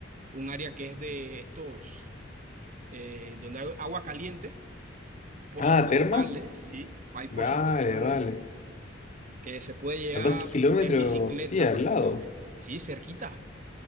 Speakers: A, on the right; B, on the left.
A: un área que es de estos, eh, donde hay agua caliente, pozos
B: Ah,
A: termales,
B: ¿termas?
A: sí, hay pozos
B: Vale,
A: termales.
B: vale.
A: que se puede llegar
B: A dos kilómetros,
A: en bicicleta
B: sí, al
A: prácticamente.
B: lado.
A: Sí, cerquita.